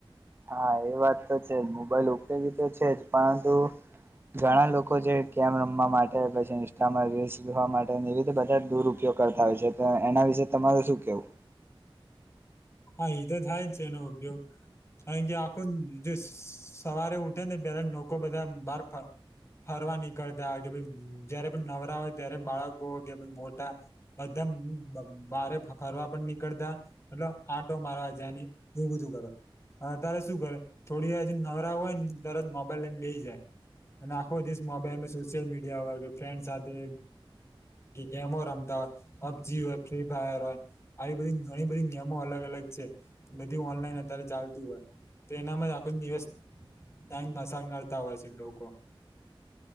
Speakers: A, on the right; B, on the left.
A: હા એ વાત તો છે જ મોબાઈલ ઉપયોગી તો છે જ પરંતુ ઘણા લોકો જે કેમ રમવા માટે પછી ઇન્સ્ટામાં રીલ્સખવા માટે એવી રીતે બધા દુરુપયોગ કરતા હોય છે તો એના વિશે તમારે શું કેવું
B: હા એ તો થાય જ છે એનો ઉપયોગ અ કે આખું જે સવારે ઉઠે ને પેલા લોકો બધા બહાર ફરવા નીકળતા કે ભ જયારે પણ નવરા હોય ત્યારે બાળકો કે મોટા બમ બારે ફરવા પણ નીકળતા મટ આટો મારવા જની એવું બધું કરો હ ત્યારે શું કરે થોડી હજી નવરા હોય ને તરજ મોબાઈલ એને બેઈ જાય અને આખો દિવસ મોબાઈલ સોશિયલ મીડિયા વ કે ફ્રેન્ડ સાથે ગેમો રમતા હોય પબજી હોય ફ્રી ફાયર હોય આવી બધી ઘણી બધી અલગ અલગ છે બધી ઓનલાઈન અત્યારે ચાલતું હોય તો એનામાં આખો દિવસ ક્યાંક મશ કરતા હોય છે લોકો